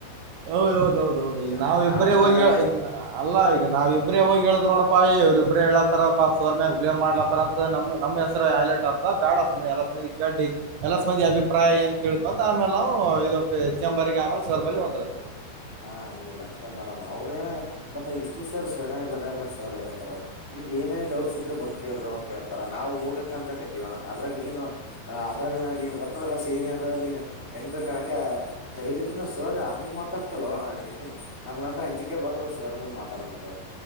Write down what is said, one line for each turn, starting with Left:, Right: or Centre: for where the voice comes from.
Right: ಹೌದೌದೌದೌದು ಈಗ್
Centre: ಆ,
Right: ನಾವು
Centre: ನಾವಂತರ
Right: ಇಬ್ಬರೇ ಹೋಗ್ಯ ಇನ್ನ ಅಲ್ಲ ಈಗ ನಾವ್ ಇಬ್ರೇ ಹೋಗಿ ಹೇಳಿದ್ರ್ ನೋಡಪ್ಪಾ ಇವ್ರಿಬ್ರೆ ಹೇಳಲತ್ತಾರ್ ಪಾಪ್ ಸರ್ ಮ್ಯಾಗ್ ಬ್ಲೇಮ್ ಮಾಡ್ಲತ್ತಾರ ನಮ ನಮ್ಮ ಹೆಸರ ಹೈ ಲೈಟ್ ಅತ್ ಪ ಬ್ಯಾಡ ಸುಮನೆ ಎಲ್ಲ <unintelligible> ಎಲ್ಲಸ್ ಮಂದಿ ಅಭಿಪ್ರಾಯ ಏನ್ ತಿಳ್ಕೊಂಡ್ ಆಮೇಲೆ ನಾವು ಇದು ಚೇಂಬರ್ಗ ಆಮೇಲ್ ಸರ್ ಬಲ್ಲಿ ಬಂದ್ರಾಯ್ತ್.
Centre: ಹಾ ಇಲ್ಲ ಇಲ್ಲ ಅಷ್ಟೇನ್ ಮಾಡಮ್ಮ್ ಅವ್ರೇನು ಮತ್ತ ಹಿಷ್ಟ್ರೀ ಸರ್ ಸಡನ್ ಬಡಾರ್ ಮಾಡಿ ಸರ್ ಹೇಳ್ತಾರ ಅವರು. ನಿಮ್ಗ್ ಏನೇ ಡೌಟ್ಸ್ ಇದ್ರು ಬಂದ್ ಕೇಳ್ರೋ ಅಂತ ಹೇಳ್ತಾರ ನಾ ಹೋಗಕ್ ಅನ್ಜಕತಿವಣ ಅದ್ರಾಗ ನೀನು ಅದ್ರ ನೀನ್ ಗೊತ್ತದಲ್ಲಾ ಸೀನಿ ಅಂದ ನೀನ್ ಹೆಂಗ್ ಬೇಕಾರಂಗೆ ಧೈರ್ಯದಿಂದ ಸರ್ ಹಂಗ ಮತ್ತ ಮಾತಾಡ್ತಲ್ಲ ಹಣ ನಮ್ಗಂತ ಅಂಜಿಕೆ ಬರ್ತದ ಸರ್ ಮುಂದ್ ಮಾತಾಡ್ಬೇಕ ಅವ್ರರು